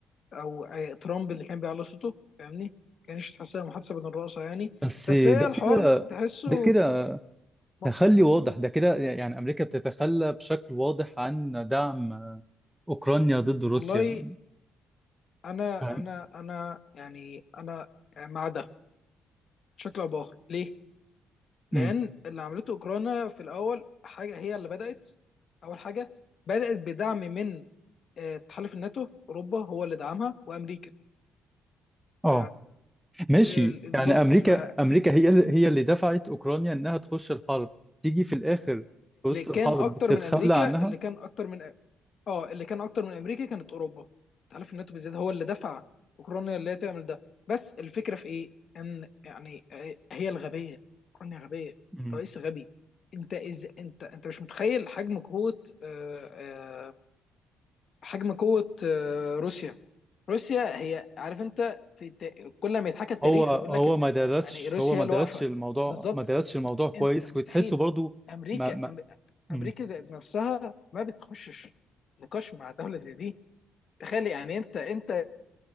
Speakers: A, on the left; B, in the centre.
A: او آه، ترامب اللي كان بيعلي صوته فاهمني ما كانش تحسها محادثه بين الرؤساء يعني
B: بس
A: بس
B: ده
A: هي الحوار
B: كده
A: تحسه
B: ده كده
A: م-
B: تخلي واضح ده كده يعني أمريكا بتتخلى بشكل واضح عن دعم أوكرانيا ضد روسيا
A: والله انا
B: فاهم؟
A: انا انا يعني انا مع ده بشكل او باخر ليه؟ لان
B: أمم.
A: اللي عملته اوكرانيا في الاول حاجه هي اللي بدات اول حاجه بدات بدعم من آه، تحالف الناتو في اوروبا هو اللي دعمها وامريكا
B: اه
A: ف
B: ماشي
A: ال- بالظبط
B: يعني أمريكا
A: فاللي
B: أمريكا هي اللي- هي اللي دفعت أوكرانيا إنها تخش الحرب تيجي في الآخر في وسط الحرب
A: كان اكتر
B: تتخلى
A: من امريكا
B: عنها
A: اللي كان اكتر من اه اللي كان اكتر من امريكا كانت اوروبا تحالف الناتو بالذات هو اللي دفع اوكرانيا اللي هي تعمل ده بس الفكره في ايه ان يعني آه، هي الغبيه اوكرانيا غبيه
B: أمم.
A: رئيس غبي انت إز... انت انت مش متخيل حجم قوه آه، آه، حجم قوه آه، روسيا روسيا هي عارف انت في الت... كل ما يتحكى التاريخ
B: هو هو
A: يقول لك ان
B: ما درسش
A: يعني روسيا
B: هو ما
A: هي اللي
B: درسش
A: واقفه
B: الموضوع
A: بالظبط
B: ما درسش الموضوع كويس
A: انت مستحيل
B: وتحسه برضو
A: امريكا
B: ما ما
A: أم...
B: أمم.
A: امريكا ذات نفسها ما بتخشش نقاش مع دوله زي دي تخيل يعني انت انت